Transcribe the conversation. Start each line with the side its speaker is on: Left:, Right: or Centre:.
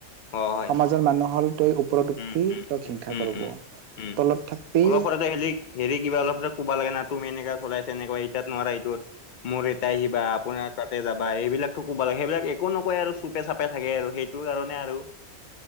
Left: অ', হয়
Right: সমাজৰ মানুহ হ'ল তই ওপৰত উঠবি
Left: উম- উম-উম-উম-উম।
Right: তোক হিংসা কৰব।
Left: উম,
Right: তলত থাকবি
Left: অলপতে হেলি হেৰি কিবা অলপতে কব লাগে না। তুমি এনেকা চলাইছে এনেকোৱা এতিয়াত নোৱাৰা এইটোত। মোৰ ইয়াতে আহিবা আপোনাৰ তাতে যাবা এইবিলাক। কোব লাগে সেইবিলাক একো নকয় আৰু চুপে চাপে থাকে আৰু সেইটো কাৰণে আৰু।